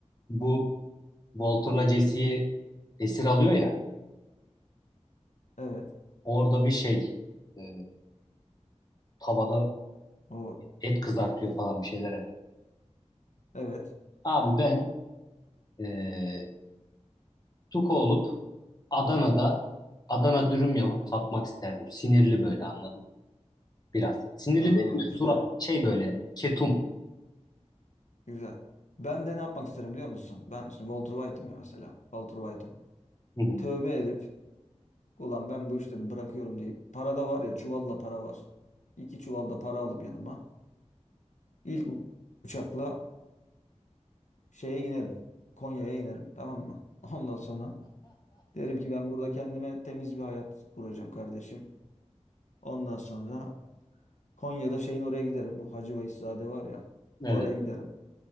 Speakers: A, on the left; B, on the left.
A: bu Walter'la Jesse'yi esir alıyor ya
B: evet.
A: orada bir şey e, tavada
B: O
A: et kızartıyor falan bir şeyler yapıyor.
B: evet.
A: Abi ben e, Tuko olup Adana'da Adana dürüm yapıp satmak isterdim. Sinirli böyle anladım biraz. Sinirli
B: Aa,
A: değil mi?
B: güzel.
A: Surat şey böyle ketum.
B: Güzel. Ben de ne yapmak isterim biliyor musun? Ben işte Walter White'ım ya mesela. Walter White'ım.
A: Hı hı.
B: Tövbe edip Ulan ben bu işleri bırakıyorum deyip para da var ya çuvalla para var. İki çuvalda para alıp yanıma ilk u- uçakla şeye inerim. Konya'ya inerim tamam mı? <laughs> Ondan sonra derim ki ben burada kendime temiz bir hayat kuracağım kardeşim. Ondan sonra Konya'da şeyin oraya giderim. Bu Hacı Veyselzade var ya
A: Evet.
B: oraya giderim.